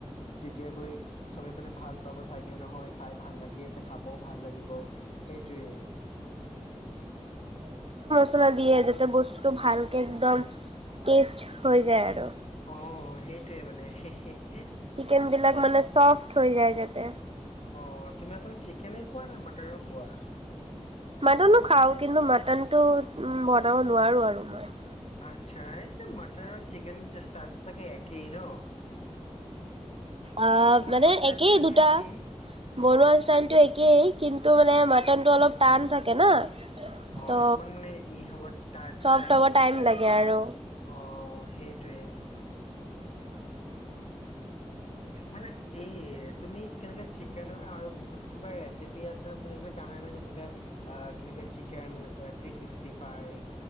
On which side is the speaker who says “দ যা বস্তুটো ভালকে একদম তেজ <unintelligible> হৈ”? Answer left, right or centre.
Right